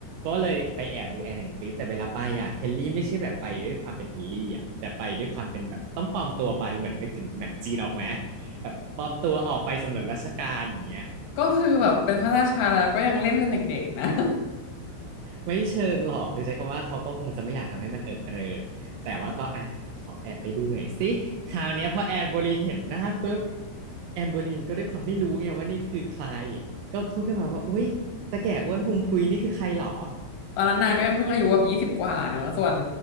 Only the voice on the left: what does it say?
ก็คือแบบเป็นพระราชาแล้วก็ยังเล่นเป็นเด็กๆนะ
ตอนนั้นนางก็ยังเพิ่งอายุแบบยี่สิบกว่าเนอะ ส่วน